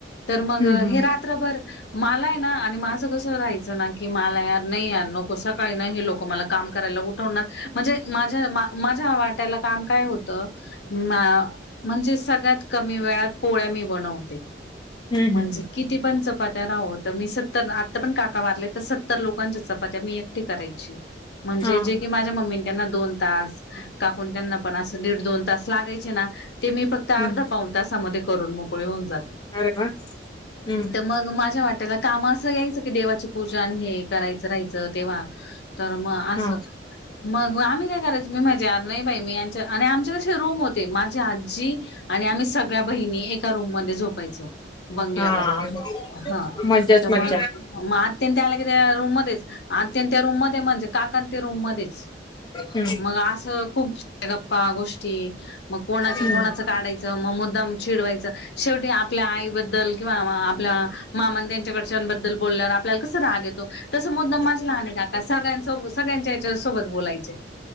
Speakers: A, on the left; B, on the left.
A: तर मग
B: हम्म हम्म
A: हे रात्रभर - मला ना आणि माझं कसं राहायचं ना की मला यार नाही यार नको सकाळी ना हे लोक मला काम करायला उठ- -वणार म्हणजे माझ्या. माझ्या वाट्याला काम काय होतं म्हणजे सगळ्यात कमी वेळात. पोळ्या मी बनवते
B: हम्म
A: म्हणजे
B: हम्म
A: किती पण चपात्या राहो त मी सत्तर. आता पण काका वारले तर सत्तर लोकांच्या चपात्या मी एकटी करायची म्हणजे
B: हा
A: जे की माझ्या मम्मीने. ना दोन तास काकू त्यांना पण असं दीड दोन तास लागायचे ना ते मी फक्त. त्या
B: हम्म
A: अर्धा पाऊन तासामध्ये करून मोकळी होऊन जाते.
B: अरे वा! हम्म,
A: तर मग माझ्या वाट्याला काम असं यायचं की देवाची पूजा आणि हे करायचं राहायचं. तेव्हा तर मग असं!
B: हा
A: मग आम्ही काय करायच. मी माझं यार नाही बाई मी यांच्या आणि आमच्या कशी रूम होते. माझी आजी आणि आम्ही सगळ्या बहिणी एका रूम मध्ये झोपायचो बंगल्यावर
B: हा हा
A: हा
B: मज्जाच
A: तर
B: मज्जा
A: मग मग आत्तीन त्या आला कि रूम मध्येच आत्तीन त्या रूम मध्ये म्हणजे काका तेन रूम मध्येच
B: हम्म
A: मग असं खूप साऱ्या गप्पा गोष्टी मग कोणाच्या
B: हम्म
A: कोणाचं काढायचं. मग मुद्दाम चिडवायचं शेवटी आपल्या आई बद्दल किंवा आपल्या मामा त्यांच्याकडच्या बद्दल बोलल्यावर आपल्याला कस राग येतो. तसं मुद्दाम माझे लहान काका सगळ्यांसो सगळ्यांच्या याच्या सोबत बोलायचे.